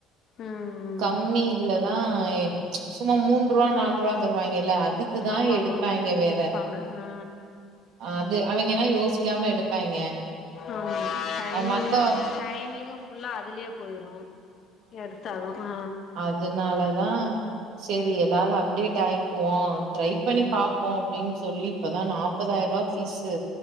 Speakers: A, on the left; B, on the right.
A: ம்
B: கம்மி
A: ம்
B: இதுல தா சும்மா மூன்று ரூபா நால் ரூபா தருவாங்கேல்ல அதுக்குதா
A: ஆமா
B: எடுப்பாங்க
A: ஆமா
B: வேற
A: எடுப்பாங்க ஆ
B: அது அவைங்கன்னா யோசிக்காம எடுப்பாய்ங்க
A: ஆமா டைமிங்கு
B: அது மத்தோ
A: டைமிங்கு ஃபுல்லா அதுலயே போயிரு எடுத்தாலு ஆ
B: அதுனால தா சேரி எதாவது அப்டேட் ஆயிக்குவோ ட்ரை பண்ணி
A: ம்
B: பாப்போ அப்டின்னு சொல்லி இப்பதா நாப்பதாயிரபா ஃபீஸு